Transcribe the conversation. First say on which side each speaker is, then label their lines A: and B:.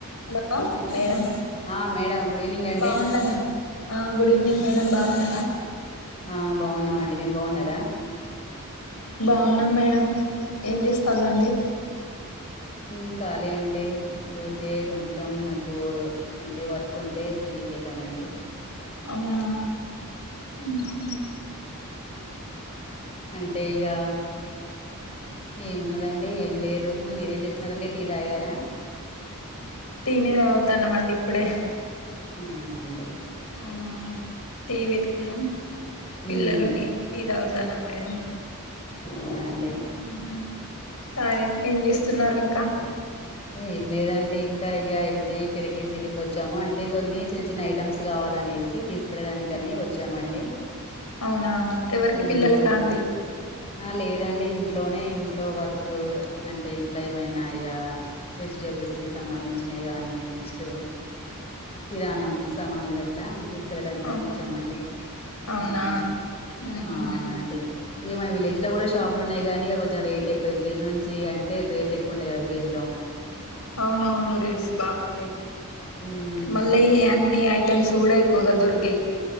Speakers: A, on the left (about 85°); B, on the left (about 30°).
A: Hello madam
B: ఆ madam good evening అండి
A: బావున్నారండి ఆ గుడ్ ఈవినింగ్ మేడం బాగున్నారా
B: ఆ బావున్నాం అండి మీరు బావున్నారా
A: బావున్నాం మేడం ఏం చేస్తళండి
B: మ్ ఖాళీ అండి ఈరోజే కొంచెం మాకు ఎంటి వర్క్ ఉంటే సిటీకి ఎళ్ళామండి
A: అవునా మ్ హు
B: అంటే ఇగా ఏమున్నదండి ఏం లేదు మీరేం చేస్తున్నారండి టీ తాగారా
A: టీనే తాగుతానమండి ఇప్పుడే
B: అవునా అండి
A: ఆ టీ పెట్టుకున్నం పిల్లలు
B: ఉమ్,
A: నేను టీ తాగుతానమ్ మేడం
B: అవునా అండి
A: ఉహు తాగా ఏం చేస్తున్నారు ఇంకా
B: ఏం లేదండి ఇంకా ఇగ ఇగితే ఇక్కడికి సిటీకి వచ్చాము అంటే కొన్ని చిన్న చిన్న ఐటమ్స్ కావాలినేసి ఇవి తీసుకెళ్ళడానికని వచ్చామండి
A: అవునా ఎవరికి
B: ఉమ్,
A: పిల్లలకాండి
B: ఆ లేదండి ఇంట్లోనే ఇంట్లో వర్కు అంటే ఇంట్లో ఏమైనా ఇగా వెజిటేబుల్స్కి సంబంధించినవి కానీ నెక్స్ట్ కిరాణం సమాన్లు అట్లా తీసుకెళ్ళడానికని
A: అవును
B: వచ్చామండి
A: అవునా
B: ఉమ్
A: ఉహు
B: అవునండి ఇగ మా విలేజ్ లో కూడా షాపులు ఉన్నాయి కానీ ఇక కొంచం రేట్ ఎక్కువ విలేజ్ నుంచి అంటే రేట్ ఎక్కువ ఉంటాయిగ విలేజ్లో
A: అవునవును రేట్స్ బాగుంటాయి
B: ఉమ్
A: మళ్ళీ అన్నీ అయ్ ఐటెమ్స్ కూడా ఎక్కువగా దొరికయ్